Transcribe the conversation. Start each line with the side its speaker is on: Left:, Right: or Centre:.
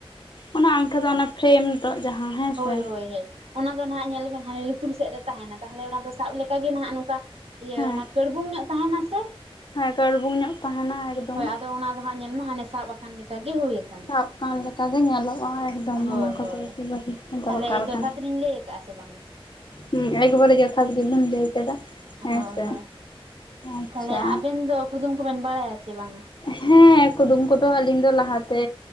Left: ᱚᱱᱟ ᱟᱸᱝᱴᱷᱟ ᱫᱚ ᱚᱱᱟ ᱯᱷᱨᱮᱢ <unintelligible> ᱡᱟᱦᱟᱸ ᱦᱮᱸ
Right: ᱦᱳᱭ
Left: ᱥᱮ
Right: ᱦᱳᱭ ᱦᱮᱸ ᱚᱱᱟ ᱫᱚ ᱱᱟᱦᱜ ᱧᱮᱞᱵᱮᱱ ᱦᱟᱱᱮ ᱞᱩᱛᱩᱨ ᱥᱮᱫ ᱨᱮ ᱛᱟᱦᱮᱱᱟ ᱛᱟᱦᱮᱞᱮ ᱚᱱᱟ ᱫᱚ ᱥᱟᱵ ᱞᱮᱠᱟᱜᱮ ᱱᱟᱦᱟᱸᱜ ᱱᱚᱝᱠᱟ ᱤᱭᱟᱹ
Left: ᱦᱮᱸ
Right: ᱚᱱᱟ ᱠᱟᱹᱲᱵᱩᱝ ᱧᱚᱜ ᱛᱟᱦᱮᱱᱟ ᱥᱮ
Left: ᱦᱮᱸ ᱠᱟᱲᱵᱩᱝ ᱧᱚᱜ ᱛᱟᱦᱮᱱᱟ ᱮᱠᱫᱚᱢ
Right: ᱦᱳᱭ ᱚᱱᱟ ᱟᱫᱚ ᱦᱟᱸᱜ ᱧᱮᱞᱢᱮ ᱦᱟᱱᱮ ᱥᱟᱵ ᱟᱠᱟᱱ ᱞᱮᱠᱟ ᱜᱮ ᱦᱩᱭᱩᱠ
Left: ᱥᱟᱵᱠᱟᱱ ᱞᱮᱠᱟ ᱜᱮ ᱧᱮᱞᱚᱜᱼᱟ ᱮᱠᱫᱚᱢ
Right: ᱦᱳᱭ
Left: ᱚᱱᱟ ᱠᱚᱛᱮ
Right: ᱦᱳᱭ
Left: ᱮᱠᱮᱵᱟᱨᱮ ᱫᱚᱨᱠᱟᱨ
Right: ᱛᱟᱦᱚᱞᱮ ᱡᱚᱛᱷᱟᱛᱞᱤᱧ
Left: ᱠᱟᱱᱟ᱾
Right: ᱞᱟᱹᱭ ᱠᱟᱜᱼᱟ ᱥᱮ ᱵᱟᱝ
Left: ᱦᱩᱸ ᱮᱠᱵᱟᱨᱮ ᱡᱚᱛᱷᱟᱛ ᱜᱮᱵᱤᱱ ᱞᱟᱹᱭ ᱠᱮᱫᱟ ᱦᱮᱸ
Right: ᱦᱳᱭ
Left: ᱥᱮ
Right: ᱦᱳᱭ
Left: ᱟᱪᱪᱷᱟ
Right: ᱛᱟᱦᱚᱞᱮ ᱟᱵᱮᱱ ᱫᱚ ᱠᱩᱫᱩᱢ ᱠᱚᱵᱮᱱ ᱵᱟᱲᱟᱭᱟ ᱥᱮ ᱵᱟᱝᱟ
Left: ᱦᱮᱸ ᱠᱩᱫᱩᱢ ᱠᱚᱫᱚ ᱟᱹᱞᱤᱧ ᱫᱚ ᱞᱟᱦᱟᱛᱮ